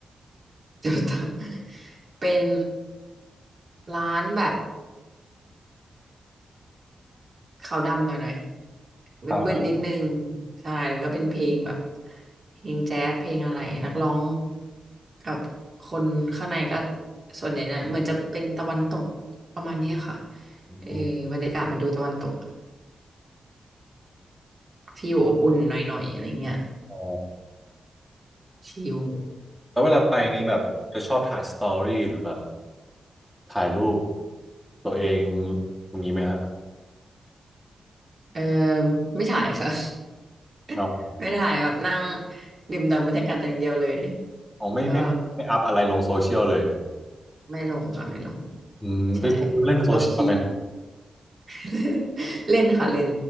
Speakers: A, on the right; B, in the centre.
A: <laughs> เดี๋ยวต้องเป็นร้านแบบขาวดำหน่อยๆมืดๆนิดนึง
B: ครับ
A: ใช่แล้วก็เป็นเพลงแบบเพลงแจ๊สเพลงอะไรนักร้องกับคนข้างในก็ส่วนใหญ่นะเหมือนจะเป็นตะวันตกประมาณเนี้ยค่ะ
B: อืม
A: เออบรรยากาศมันดูตะวันตก ฟิลอบอุ่นหน่อยๆอะไรเงี้ย
B: อ๋อ
A: ชิล
B: แล้วเวลาไปนี้แบบจะชอบถ่ายสตอรี่หรือแบบถ่ายรูปตัวเองอย่างนี้ไหมฮะ
A: เออไม่ถ่ายค่ะ
B: อ
A: <laughs> ไม่ถ่ายแบบนั่งดื่มด่ำบรรยากาศอย่างเดียวเลย
B: อ๋อไม่ไม่ไม่อัพอะไรลงโซเชียลเลย
A: ก็ไม่ลงค่ะไม่ลง
B: อืมเป็นคนเล่นโซเชียลไหม
A: ใช่แบบโลคี <laughs> เล่นค่ะเล่น